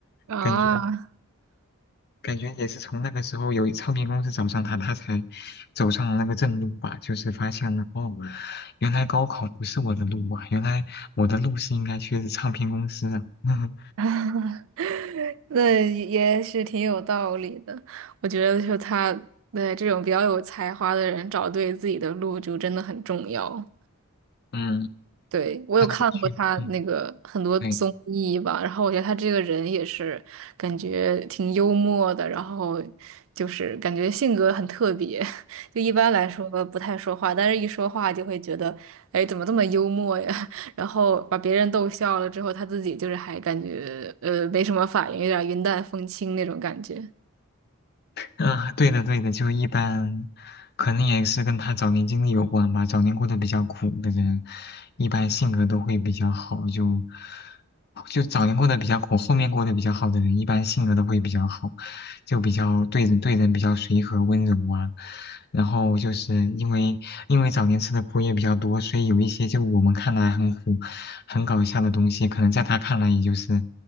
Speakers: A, on the right; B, on the left.
A: 啊，
B: 感觉感觉也是从那个时候有唱片公司找上他，他才走上了那个正路吧，就是发现了哦，原来高考不是我的路啊，原来我的路是应该去唱片公司啊，<laughs>
A: <laughs> 那也是挺有道理的。我觉得就他对这种比较有才华的人，找对自己的路就真的很重要。
B: 嗯，
A: 对，我有看过他那个很多综艺吧，
B: 他如果去，嗯，对。
A: 然后我觉得他这个人也是感觉挺幽默的，然后就是感觉性格很特别，<laughs> 就一般来说不太说话，但是一说话就会觉得，哎，怎么这么幽默呀？<laughs> 然后把别人逗笑了之后，他自己就是还感觉呃没什么反应，有点云淡风轻那种感觉。
B: 啊，对的对的，就一般，可能也是跟他早年经历有关吧。早年过得比较苦的人，一般性格都会比较好，就就早年过得比较苦，后面过得比较好的人，一般性格都会比较好，就比较对人对人比较随和温柔啊。然后就是因为因为早年吃的苦也比较多，所以有一些就我们看来很苦、很搞笑的东西，可能在他看来也就是